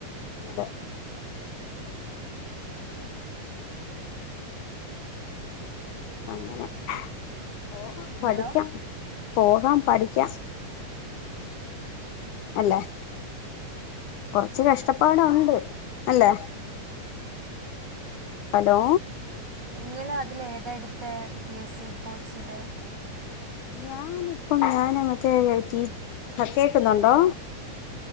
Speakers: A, on the left; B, on the right.
A: അതെ അങ്ങനെ. പോകാം, പഠിക്കാ
B: ഹലോ
A: പോകാം. പഠിക്കാ അല്ലേ, കൊറച്ച് കഷ്ടപ്പാടൊണ്ട് അല്ലേ? ഹലോ.
B: ഞങ്ങളതിലേതായെടുത്തേ പി എസ് സി കോച്ചില്?
A: ഞാന് പ്പ ഞാന് മറ്റേ എൽ ടി പ്പ കേക്കുന്നുണ്ടോ